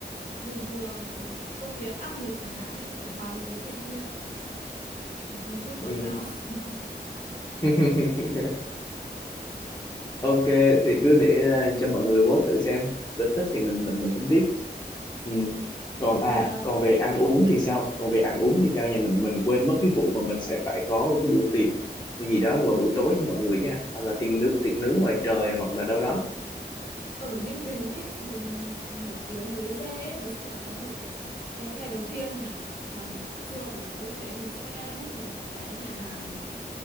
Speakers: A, on the left; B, on the left.
A: bình thường công việc áp lực chẳng hạn ấy kiểu hòa mình với thiên nhiên một phút
B: Ừ.
A: quảng cáo <laughs>
B: <laughs> Ok thì cứ để à, cho mọi người vote thử xem Nếu thích thì
A: ok
B: mình mình mình tính tiếp ừ. Còn
A: rồi
B: à
A: ờ,
B: còn về ăn uống thì sao Còn về ăn uống thì sao nhà mình mình quên mất cái vụ mà mình sẽ phải có cái bữa tiệc cái gì đó vào buổi tối cho mọi người chứ ha? hoặc là tiệc nướng tiệc nướng ngoài trời hoặc là đâu đó
A: ở Ninh Bình ấy thì nổi tiếng với dê ấy thì chắc là có một cái ngày đầu tiên nhỉ là buổi trưa hoặc buổi tối gì đấy mình sẽ book một cái nhà hàng